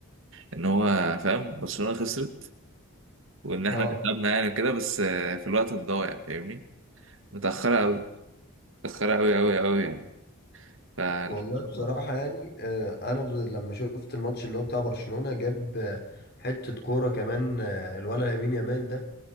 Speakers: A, on the right (about 60°); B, on the left (about 45°).
A: ان هو فاهم برشلونه خسرت وان احنا
B: اه
A: كسبنا يعني كده بس آه، في الوقت الضايع فاهمني متاخره قوي متاخره قوي قوي قوي يعني فالحمد
B: والله بصراحة
A: لله.
B: يعني آه، انا بز- لما شفت الماتش اللي هو بتاع برشلونة جاب آه، حتة كورة كمان آه، الولد يمين يامال ده